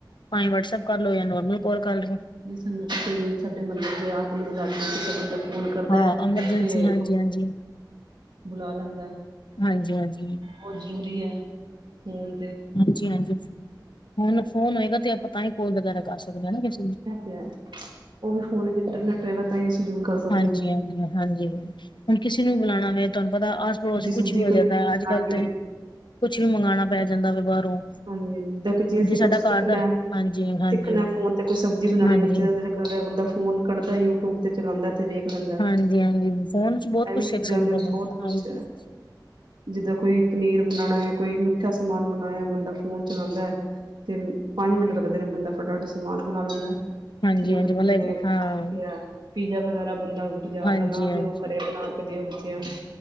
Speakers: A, on the left (about 80°); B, on the right (about 75°).
A: ਭਾਵੇ ਵਟਸਅੱਪ ਕਰਲੋ ਜਾਂ ਨੋਰਮਲ ਕਾਲ ਕਰਲੋ।
B: ਜੀ ਸਾਨੂੰ ਕਿਤੇ ਵੀ ਸਾਡੇ ਮਹੱਲੇ ਚ ਅੱਗ ਲੂੱਗ ਗਈ ਕਿ <unintelligible> ਫੋਨ ਕਰਦਾ
A: ਹਾਂ ਐਮਰਜੈਂਸੀ
B: ਤੇ
A: ਹਾਂਜੀ ਹਾਂਜੀ
B: ਬੁਲਾ ਲੈਂਦਾ।
A: ਹਾਂਜੀ ਹਾਂਜੀ।
B: ਬਹੁਤ ਜ਼ਰੂਰੀ ਐ ਫੋਨ ਤੇ।
A: ਹਾਂਜੀ ਹਾਂਜੀ, ਹੁਣ ਫੋਨ ਹੋਏਗਾ ਤੇ ਆਪਾਂ ਤਾਂ ਈ ਕਾਲ ਵਗੈਰਾ ਕਰ ਸਕਦੇ ਆ ਨਾ ਕਿਸੇ ਨੂੰ
B: ਓ ਤੇ ਹੈ, ਓ ਵੀ ਫੋਨ ਤੇ ਇੰਟਰਨੈਟ ਹੋਏਗਾ ਤਾਂ ਅਸੀਂ ਯੂਜ਼ ਕਰ ਸਕਦੇ
A: ਹਾਂਜੀ
B: ਹਾਂ।
A: ਹਾਂਜੀ, ਹਾਂਜੀ ਹੁਣ ਕਿਸੇ ਨੂੰ ਬੁਲਾਉਣਾ ਮੈਂ ਤੁਹਾਨੂੰ ਪਤਾ ਥੋੜਾ
B: ਸਬਜੀ ਸੁਬਜੀ
A: ਕੁੱਛ ਵੀ ਹੋ
B: ਕੋਈ
A: ਜਾਂਦਾ ਅੱਜ ਕਲ
B: ਹਾਂਜੀ
A: ਤੇ ਕੁੱਛ ਵੀ ਮੰਗਾਣਾ ਪੈ ਜਾਂਦਾ ਵਾ ਬਾਹਰੋਂ।
B: ਹੂੰ, ਦੇਖੋ ਜੀ ਅਸੀਂ
A: ਜੇ ਸਾਡਾ
B: ਕੁੱਛ ਸਿੱਖਣਾ
A: ਘਰ ਦਾ ਹਾਂਜੀ ਹਾਂਜੀ
B: ਸਿੱਖਣਾ ਫੋਨ ਤੇ ਕੁੱਛ ਸਬਜ਼ੀ ਬਣਾਣੀ
A: ਹਾਂਜੀ।
B: ਬੱਚੇ ਦਾ ਬੰਦਾ ਫੋਨ ਕੱਢਦਾ ਯੂਟਿਊਬ ਤੇ ਚਲਾਂਦਾ ਤੇ ਵੇ ਖਦਾ
A: ਹਾਂਜੀ-ਹਾਂਜੀ ਫੋਨ ਚ ਬਹੁਤ
B: ਏ
A: ਕੁਛ
B: ਵੀ ਚੀਜ਼ਾਂ
A: ਸਿੱਖ ਸਕਦਾ
B: ਨੇ ਬਹੁਤ
A: ਬੰਦਾ
B: ਕੁੱਛ।
A: ਹਾਂਜੀ।
B: ਜਿੱਦਾਂ ਕੋਈ ਪਨੀਰ ਬਣਾਣਾ ਐ ਕੋਈ ਮਿੱਠਾ ਸਮਾਨ ਬਣਾਏ ਬੰਦਾ। ਫੋਨ ਚਲਾਂਦਾ ਤੇ ਪੰਜ ਮਿੰਟ ਲੱਗਦੇ ਨੇ ਬੰਦਾ ਫਟਾਫਟ ਸਮਾਨ ਬਣਾ ਲੈਂਦਾ।
A: ਹਾਂਜੀ-ਹਾਂਜੀ
B: ਜੋ ਬੱਚਿਆਂ
A: ਮਤਲਬ
B: ਨੇ
A: ਹਾਂ
B: ਕਿਹਾ। ਪੀਜ਼ਾ ਵਗੈਰਾ ਬੰਦਾ ਬਾਜ਼ਾਰ
A: ਹਾਂਜੀ-ਹਾਂਜੀ,
B: ਦਾ ਨਾ ਦਿਓ ਘਰੇ ਬਣਾ ਕੇ ਦਿਓ ਬੱਚਿਆਂ ਨੂੰ